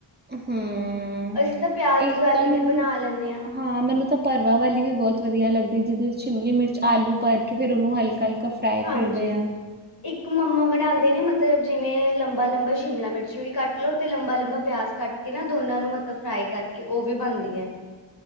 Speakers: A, on the right; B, on the left.
A: ਹੂੰ।
B: ਅਸੀਂ ਤਾਂ ਪਿਆਜ਼
A: ਇੱਕ
B: ਵਾਲੀ
A: ਤਾਂ ਮੈਨੂੰ
B: ਵੀ ਬਣਾ ਲੈਂਦੇ ਆਂ।
A: ਹਾਂ ਮੈਨੂੰ ਤਾਂ ਭਰਵਾਂ ਵਾਲੀ ਵੀ ਬਹੁਤ ਵਧੀਆ ਲੱਗਦੀ, ਜਿਹਦੇ ਵਿੱਚ ਸ਼ਿਮਲੀ ਮਿਰਚ ਆਲੂ ਭਰ ਕੇ ਫਿਰ ਉਹਨੂੰ ਹਲਕਾ-ਹਲਕਾ ਫਰਾਈ
B: ਹਾਂਜੀ
A: ਕਰਦੇ ਆਂ।
B: ਇੱਕ ਮੰਮਾ ਬਣਾਂਦੇ ਨੇ ਮਤਲਬ ਜਿਵੇਂ ਲੰਬਾ-ਲੰਬਾ ਸ਼ਿਮਲਾ ਮਿਰਚ ਵੀ ਕੱਟ ਲੋ ਤੇ ਲੰਬਾ-ਲੰਬਾ ਪਿਆਜ਼ ਕੱਟ ਤੇ ਨਾ ਦੋਨਾਂ ਨੂੰ ਮਤਲਬ ਫਰਾਈ ਕਰਕੇ, ਓ ਵੀ ਬਣਦੀ ਐ।